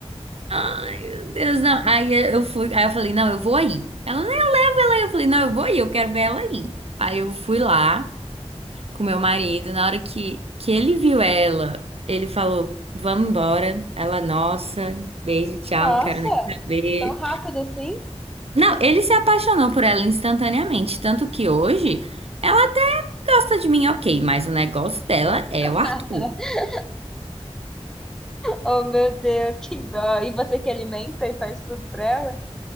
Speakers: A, on the right; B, in the centre.
A: Ai, meu Deus, não. Aí eu fui, aí eu falei, não, eu vou aí. Ela, não, eu levo ela aí. Eu falei, não, eu vou aí, eu quero ver ela aí. Aí eu fui lá. com meu marido. Na hora que, que ele viu ela, ele falou: Vamos embora. Ela, nossa, beijo, tchau,
B: Nossa,
A: não quero nem saber.
B: tão rápido assim?
A: Não, ele se apaixonou por ela instantaneamente. Tanto que hoje ela até gosta de mim, ok, mas o negócio dela é
B: <laughs>
A: o Arthur.
B: Oh, meu Deus, que dó. E você que alimenta e faz tudo pra ela?